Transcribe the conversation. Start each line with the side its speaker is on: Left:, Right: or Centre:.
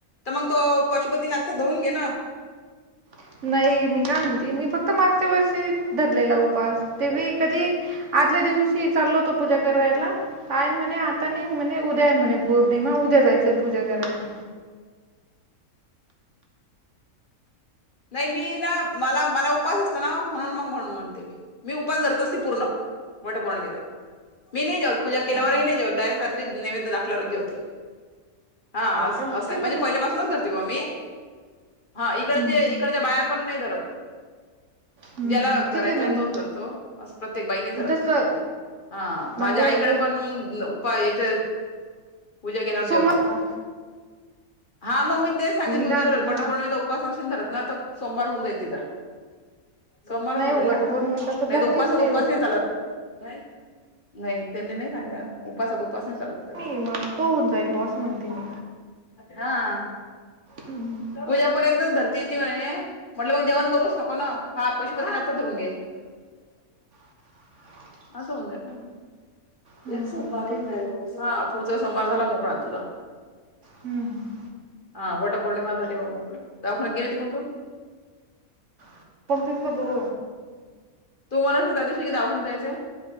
Left: तर मग तो पशुपतीनाथचा धरून घे ना
Right: <unintelligible> अन ऎंटिलेजेबल नाही मी काय म्हणते, मी फक्त मागच्या वर्षी धरलेला उपास ते बी कधी आदल्या दिवशी चाल होत पुजा करायलाय आई म्हणे आता नाही, म्हणे उद्या म्हणे पौर्णिमा उद्या जायच. ते पुजा करायला.
Left: नाही मी ना, मला मला उपास असतं ना, म्हणून मग म्हणून म्हणते मी मी उपास धरत असते पुर्ण वटपौर्णिमेला. मी- पुजा केल्यावरही
Right: हो का
Left: नाहीे जेवत, डायरेक्ट रात्री नैवेद्य दाखल्यावरच जेवते. हा असं
Right: का ठीक
Left: आहे म्हणजे
Right: ना
Left: पहिल्यापासुनच धरते ओ बा मी हा इकडे
Right: हम्म,
Left: ते इकडच्या बाया पण नाही धरत.
Right: हम्म.
Left: ज्याला धरायचाय
Right: ठीक आहे ना मग
Left: तोच धरतो, असं प्रत्येक बाई धरत.
Right: तसं
Left: हा
Right: म्हणजे
Left: माझ्या आईकडे
Right: प-
Left: पण मग पप्पा यांच्यात पुजा केल्यावर
Right: सोमवार
Left: जेवतात. हा मग मी तेच सांगते तु
Right: काय
Left: जर
Right: म्हणते
Left: वटपौर्णिमेचा
Right: मग
Left: उपास नाशीन धरत ना, तर सोमवार होऊन जाईल तिचा. सोमवार
Right: नाही
Left: हो जाईल
Right: वट
Left: ना,
Right: पौर्णिमेचा
Left: नाही
Right: धरतीच
Left: तर उपासात
Right: मी
Left: उपास नाही चालत. <unintelligible> अन ऎंटिलेजेबल <unintelligible> उपवास नाही चालत कधी?
Right: मी मग तो होऊन जाईल बुवा असं म्हणते मी
Left: हा.
Right: हम्म,
Left: पुज्या पर्यंतच धर ते ती म्हणे म्हटल मग जेवण करूच नको ना, हा पशुपतीनाथचाच धरून घे.
Right: <unintelligible> अन ऎंटिलेजेबल
Left: पास होऊन जाईलना.
Right: हम्म,
Left: ते सोमवार
Right: ठीक
Left: होऊन जाय, ह पुढचा सोमवार झाला मोकळा तुझा.
Right: हम्म.
Left: हा वटपौर्णिमा झाली बा मोकळी. दवाखान्यात गेलती का तु?
Right: <unintelligible> अन ऎंटिलेजेबलर
Left: तु मला त्या दिवशी क दवाखान्यात जायचंय